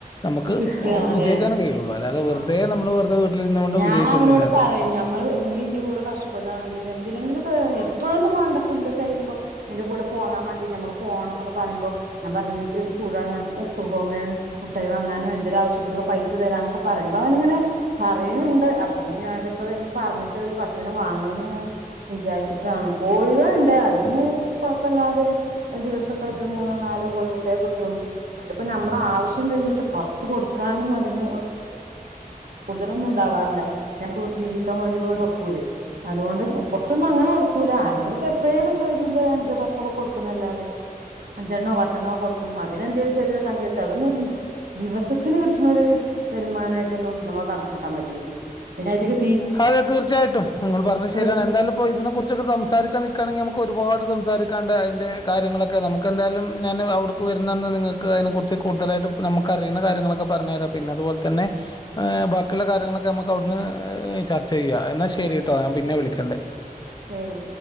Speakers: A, on the left; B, on the right.
A: നമുക്ക്
B: കിട്ടുക
A: ഓ
B: അതെ
A: വിജയിക്കാനഴിയുള്ളൂ അല്ലാതെ വെറുതെ
B: ആഹ്
A: നമ്മള് വെറുതെ വീട്ടിലിരുന്ന കൊണ്ട്
B: ഞാൻ
A: വിജയിക്കൊന്നുല്ല.
B: അവനോട് പറയും ഞമ്മള് നീ ന്റെ കൂടെ കഷ്ടപ്പെടുവാണെങ്കിൽ ഇതിനെങ്കിലൊക്ക എപ്പോഴൊന്നും വേണ്ട പുല്ലൊക്കെ അരിയുമ്പോ എന്റെ കൂടെ പോന്നാ മതി ഞമ്മക്ക് പോണന്നൊക്കെ പറമ്പം ഞാൻ പറഞ്ഞിട്ട് കൂടാണ് ഞക്ക് സ്കൂൾ പോമ്പേ മുട്ടായി വാങ്ങാനോ എന്തെര് ആവശ്യത്തിനൊക്കെ പൈസ തരാന്നൊക്കെ പറയുമ്പ അവനിങ്ങനെ പറയണുണ്ട് അപ്പ ഇനി അവന്റെ ഇപ്പൊ വരുമ്പോ പറഞ്ഞിട്ട് ഒരു പശുനെ വാങ്ങണംന്ന്ങ്ങനെ വിചാരിച്ചിട്ടാണ്. കോഴികളുണ്ട് അതിന് കൊഴപ്പല്ലാതെ ദിവസക്കായിട്ട് ഒരു മൂന്നോ നാലോ കോഴിമുട്ടയൊക്കെ കിട്ടും അതിപ്പോ നമ്മള ആവശ്യം കഴിഞ്ഞിട്ട് പൊറത്ത് കൊടുക്കാനൊന്നും അതിന് കൂടുതലൊന്നും ഉണ്ടവാറില്ല. ഞാൻ വിരിയിക്കാൻ വേണ്ടിങ്ങാണ്ട് വെക്കൂലേ അതുകൊണ്ട് പൊറത്തൊന്നും അങ്ങനെ കൊടുക്കൂല ആരെങ്കിലൊക്കെ എപ്പഴേലൊക്കെ ചോയ്ച്ചുമ്പൊ ഒരു അഞ്ചോ പത്തൊക്കെ കൊടുക്കുന്നല്ലാതെ. അഞ്ചെണ്ണോ പത്തെണ്ണോ കൊടുക്കും അതിനെ എന്തേലും ചെറിയൊരു സംഖ്യ കിട്ടും. അതൊന്നരു ദിവസത്തിന് കിട്ടണൊരു വരുമാനായിട്ടൊന്നും നമ്മക്ക് കണക്കൂട്ടാൻ പറ്റൂല്ല പിന്നെ അയ്റ്റക്ക്
A: അതെ തീർച്ചയായിട്ടും നിങ്ങള് പറഞ്ഞത്
B: പൈസ
A: ശരിയാണ് എന്തായാലും ഇതിനെ കുറിച്ചൊക്കെ സംസാരിക്കാൻ നിക്കാണെങ്കി നമുക്ക് ഒരുപാട് സംസാ രിക്കേണ്ടായി ന്റെ കാര്യങ്ങളൊക്കെ നമുക്കെന്തായാലും ഞാൻ അവിടുക്ക് വരുന്നന്ന് നിങ്ങൾക്ക് അതിനെ കുറിച്ച് കൂടുതലായിട്ട് ഞമ്മക്കറീണ കാര്യ ങ്ങളൊക്കെ പറഞ്ഞര പിന്നെ അതുപോലെ തന്നെ ബാക്കിയുള്ള കാര്യങ്ങളൊക്കെ നമക്ക് അവിട്ന്ന് ചർച്ച ചെയ്യ എന്നാ ശരി ട്ടോ ഞാൻ പിന്നെ വിളിക്കണ്ട്.
B: ശരി